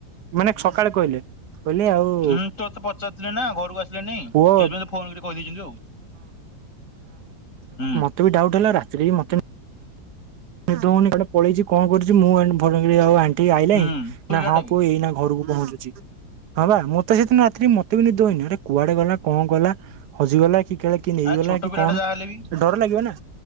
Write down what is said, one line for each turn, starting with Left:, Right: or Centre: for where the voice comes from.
Right: ମାନେ ସକାଳେ କହିଲେ କହିଲେ ଆଉ
Left: ହଁ ତୋ ତ ପଚାରୁିଥିଲି ନା ଘରୁକୁ ଆସି ସେନ୍ତ
Right: ପୁଅ
Left: ଫୋନ କହିଦେଇଛନ୍ତି ଆଉ ହୁଁ।
Right: ତ ବି ଡାଉଟ୍ ହେଲା ରାତିରେ ବି ମତେ ନି ହଉନିଟେ ପଳେଇଛି କଣ କରୁଛି ମୁଁ ଆଉ ଆଣ୍ ଆଇଣି
Left: ହୁଁ ପିଲାଟା
Right: ନା ହଁ
Left: ବି
Right: ପୁଅ ଏଇ ଘରକୁ ପହଞ୍ଚୁଛି ହଁ ବା ମୋତେ ସେଦିନ ରାତିରେ ମତେ ବି ନିଦ କୁଆଡେ ଗଲା କଣ ଗଲା ହଜିଗଲା କି କି ନେଇଗଲା
Left: ଆ ଛୋଟ
Right: କି
Left: ପିଲାଟା
Right: କଣ।
Left: ଯାହା ହେଲେ ବି
Right: ଡର ଲାଗିବ ନା